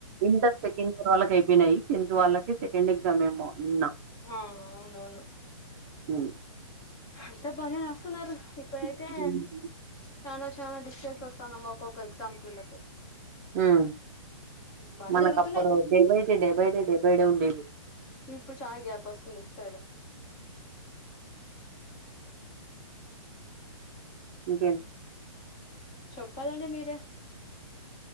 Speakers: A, on the right (about 25°); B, on the left (about 20°).
A: ఇంటర్ సెకండ్ ఇయర్ వాళ్ళకి అయిపోయినాయి టెంత్ వాళ్ళకి సెకండ్ ఎగ్జామ్ ఏమో నిన్న
B: ఆ అవునవును
A: ఉమ్
B: అంతా బనే రాస్తున్నారు ఇక్కడైతే
A: ఉమ్
B: చనా చనా డిస్టెన్స్ వస్తాదమ్మ ఒక్కొక్క ఎగ్జామ్కిి వెళ్ళ కి
A: ఉమ్
B: బానే
A: మనకు
B: జరుగుతున్నాయి
A: అప్పుడు day by day day by day day by day ఉండేది
B: ఇప్పుడు చాలా గ్యాప్ వస్తుంది ఇటు సైడ్
A: ఇంకేమి
B: చెప్పాలండి మీరే